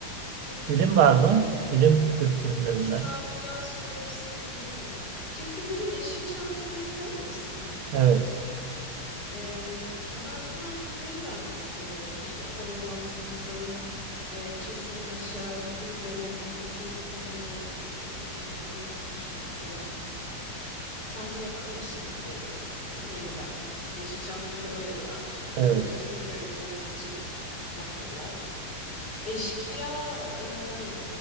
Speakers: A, on the left; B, on the right.
A: Türk dizilerinde
B: Film var mı?
A: bir de
B: Film
A: bi-
B: Türk filmlerinden.
A: 2 saat filan sürüyor hepsini izleyemem. Türk filmleri, Yeşilçam filmleri sever misin?
B: Evet.
A: Ee, Kemal Sunal filmlerini ben seviyorum. İşte Hababam Sınıfı, e, Tosun Paşa gibi böyle hani eski komedi e, filmleri hoşuma gidiyor. Sen seviyorsan öyle bir şey izleyebilirsin. Yeniden tabii. Yeşilçam filmleri öyle biraz da çünkü
B: Evet.
A: dönüp dönüp tekrar izlenebilecek tatlılar. Eşkıya, eee,